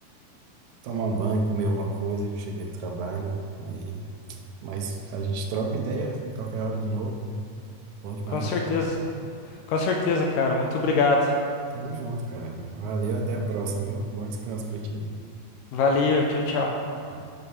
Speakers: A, on the right; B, on the left.
A: tomar um banho, comer alguma coisa. Cheguei do trabalho, aí. Mas a gente troca ideia qualquer hora de novo. Bom demais.
B: Com certeza, com certeza, cara. Muito obrigado.
A: Tamo junto, cara. Valeu, até a próxima, viu? Bom descanso pra ti.
B: Valeu, tchau, tchau.
A: Tchau.